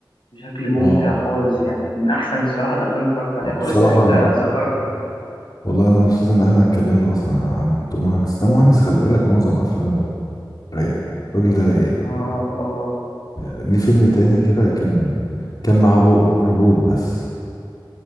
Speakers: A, on the left; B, on the left.
A: بشكل ممتع
B: اه
A: خالص يعني من احسن الصراحة الافلام اللي اتفرجت عليها
B: آه،
A: كويس
B: بصراحة
A: ان انت ذكرته
B: والله انا مبسوط ان احنا اتكلمنا اصلا عن عن توم هانكس توم هانكس خلي بالك معظم افلامه رايقة الراجل ده رايق
A: اه اه
B: ليه فيلم تاني كده كان كان مع بو- روبوت بس